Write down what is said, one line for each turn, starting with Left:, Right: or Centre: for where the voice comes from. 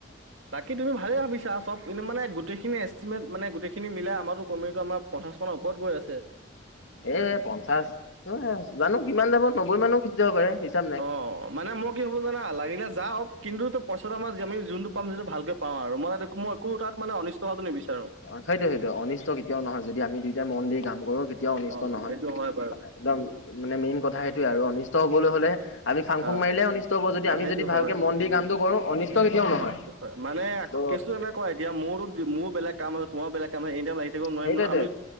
Right: বাকী তুমি ভালেই ভাবিছা চব মানে গোটেইখিনি এষ্টিমেট, মানে গোটেইখিনি মিলাই আমাৰটো কমেও পঞ্চাছ মানৰ ওপৰত গৈ আছে।
Left: এ পঞ্চাশ <unintelligible> জানোঁ কিমান যাব? নব্বৈ মানো গুচি যাব পাৰে। হিচাপ নাই
Right: অ'। মানে মই কি ভাবোঁ জানা? লাগিলে যাওঁক, কিন্তু পইচাটো আমাৰ আমি যোনটো পাম যিটো ভালকে পাওঁ আৰু। মই মই একো তাত মানে অনিষ্ট হোৱাটো নিবিচাৰোঁ।
Left: অ', সেইটোৱে-সেইটোৱে অনিষ্ট কেতিয়াও নহয়, যদি আমি দুইটাই মন দি কাম কৰো এতিয়াও অনিষ্ট
Right: অ
Left: নহয়।
Right: সেইটো হয় বাৰু
Left: একদম মানে মেইন কথা সেইটোয়ে আৰু অনিষ্ট হবলৈ হলে আমি ফাং
Right: অ
Left: ফুং মাৰিলে অনিষ্ট হ'ব, যদি
Right: অ
Left: আমি
Right: সেইটো
Left: যদি
Right: হয়
Left: ভালকে মন্দিৰ কামটো কৰোঁ অনিষ্ট
Right: অ
Left: কেতিয়াও নহয়।
Right: সেইটো হয়, মানে
Left: ত'
Right: কিছু এনেকুৱা এতিয়া মূৰটো মোৰ বেলেগ কাম তোমাৰ বেলেগ কাম হয়, এনি টম লাগি থাকিব নোৱাৰিম
Left: সেইটোৱেতো
Right: নহয়।